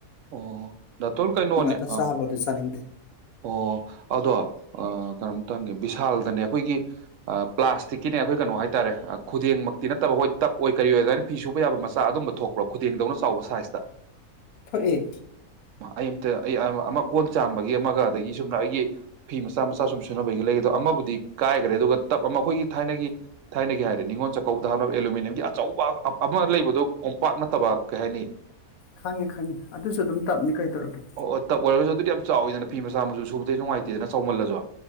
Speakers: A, on the right; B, on the left.
A: ꯑꯣ ꯗꯥꯇꯣꯜ ꯀꯩꯅꯣꯅꯦ
B: <unintelligible>
A: ꯑꯥ
B: ꯆꯥꯕꯗꫭ ꯆꯥꯅꯤꯡꯗꯦ
A: ꯑꯣ ꯑꯗꯣ ꯀꯩꯅꯣꯝꯇ ꯌꯪꯒꯦ ꯕꯤꯁꯥꯜꯗꯅꯦ ꯑꯩꯈꯣꯏꯒꯤ ꯄ꯭ꯂꯥꯁꯇꯤꯛꯀꯤꯅꯦ ꯑꯩꯈꯣꯏ ꯀꯩꯅꯣ ꯍꯥꯏ ꯍꯥꯏ ꯇꯔꯦ ꯈꯨꯗꯦꯡꯃꯛꯇꯤ ꯅꯠꯇꯕ ꯍꯣꯏ ꯇꯞ ꯑꯣꯏ ꯀꯔꯤ ꯑꯣꯏ ꯑꯗꯨꯅ ꯐꯤ ꯁꯨꯕ ꯌꯥꯕ ꯃꯆꯥ ꯑꯗꯨꯝꯕ ꯊꯣꯛꯄ꯭ꯔꯣ ꯈꯨꯗꯦꯡꯗꯧꯅ ꯆꯥꯎꯕ ꯁꯥꯏꯖꯇ
B: ꯊꯣꯛꯑꯦ
A: ꯑꯩ ꯑꯝꯇ ꯑꯩ ꯑꯃ ꯀꯣꯟ ꯆꯥꯝꯕꯒꯤ ꯑꯃ ꯑꯗꯒꯤ ꯁꯨꯝꯅ ꯑꯩꯒꯤ ꯐꯤ ꯃꯆꯥ ꯃꯆꯥ ꯁꯨꯝ ꯁꯨꯅꯕꯒꯤꯒ ꯂꯩꯒꯦ ꯑꯗꯣ ꯑꯃꯕꯨꯗꯤ ꯀꯥꯏꯈ꯭ꯔꯦ ꯑꯗꯨꯒ ꯇꯞ ꯑꯃ ꯑꯩꯈꯣꯏꯒꯤ ꯊꯥꯏꯅꯒꯤ ꯊꯥꯏꯅꯒꯤ ꯍꯥꯏꯔꯦ ꯅꯤꯉꯣꯜ ꯆꯥꯛꯀꯧꯕꯗ ꯍꯥꯞꯅꯕ ꯑꯦꯂꯨꯃꯤꯅꯤꯌꯝꯒꯤ ꯑꯆꯧꯕ ꯑꯃ ꯂꯩꯕꯥꯗꫭ ꯀꫭꯝ ꯄꯥꯛ ꯅꯠꯇꯕ ꯀꯩ ꯍꯥꯏꯅꯤ
B: ꯈꯪꯉꯤ ꯈꯪꯉꯦ ꯑꯗꯨꯁꯨ ꯑꯗꯨꯝ ꯇꯞꯅꯤ ꯀꯩ ꯇꯧꯔꯒꯦ
A: ꯑꯣ ꯑꯣ ꯇꯞ ꯑꯣꯏꯔꯒꯁꯨ ꯑꯗꯨꯗꯤ ꯌꯥꯝ ꯆꯥꯎꯋꯤꯗꯅ ꯃꯆꯥ ꯃꯁꯨꯨ ꯁꯨꯗ ꯅꯨꯡꯉꯥꯏꯇꯦ ꯆꯥꯎꯧꯃꯜꯂꯁꯨ